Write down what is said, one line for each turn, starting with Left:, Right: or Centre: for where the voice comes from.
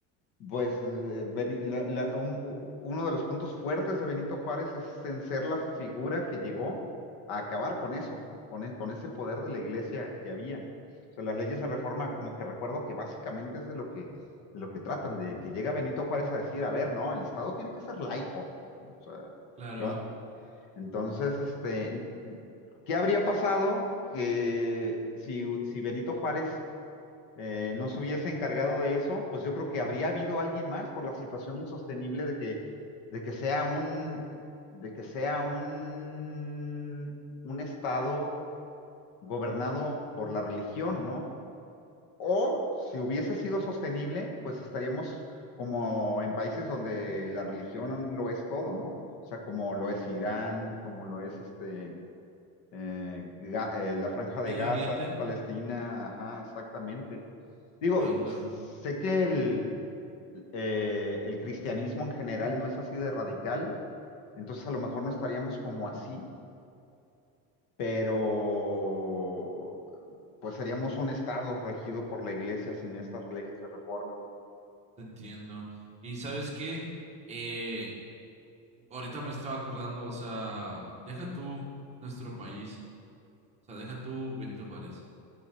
Left: pues le- Beni- la- la- un- u- uno de los puntos fuertes de Benito Juárez es en ser la figura que llegó a acabar con eso, ¿no? Con, e- con ese poder de la iglesia que había. O sea, las leyes de reforma, como que recuerdo que básicamente es de lo que, de lo que tratan, de que llega Benito Juárez a decir, a ver, no, el Estado tiene que ser laico. O sea,
Right: Claro.
Left: ¿qué va- entonces, este, ¿qué habría pasado que si, si Benito Juárez eh, no se hubiese encargado de eso, pues yo creo que habría habido alguien más por la situación insostenible de que, de que sea un, de que sea un, un estado gobernado por la religión, ¿no? O si hubiese sido sostenible, pues estaríamos como en países donde la religión lo es todo, ¿no? O sea, como lo es Irán, como lo es este eh, Ga- eh, la Franja de
Right: Medio
Left: Gaza,
Right: Oriente.
Left: Palestina, ajá, exactamente. Digo,
Right: Entiendo,
Left: sé que el, eh, el cristianismo en general no es así de radical, entonces a lo mejor no estaríamos como así, pero pues seríamos un estado regido por la iglesia sin estas leyes de reforma.
Right: te entiendo. Y sabes qué, Eh, ahorita me estaba acordando, o sea, deja tú nuestro país, o sea, deja tú Benito Juárez.